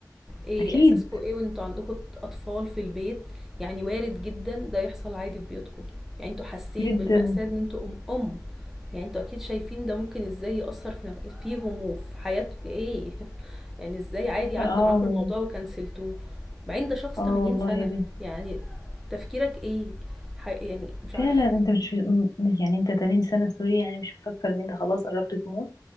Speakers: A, in the centre; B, on the left.
A: إيه
B: اكيد
A: إحساسكم إيه وأنتوا عندكم أطفال في البيت؟ يعني وارد جدًا ده يحصل عادي في بيوتكم، يعني أنتوا حاسين
B: جدا
A: بالمأساة إن أنتوا أم أم، يعني أنتوا أكيد شايفين ده ممكن إزاي يأثّر في نف فيهم وفي حياة إيه <laughs> يعني إزاي عادي
B: اه
A: عدّى معاكم
B: وال-
A: الموضوع وكنسلتوه، بعدين ده شخص
B: اه
A: 80
B: والله
A: سنة،
B: يا بنتي
A: يعني تفكيرك إيه؟ ح يعني مش عارفة،
B: فعلا انت مش م- يعني انت 80 سنة سوري يعني مش مفكر ان انت خلاص قربت تموت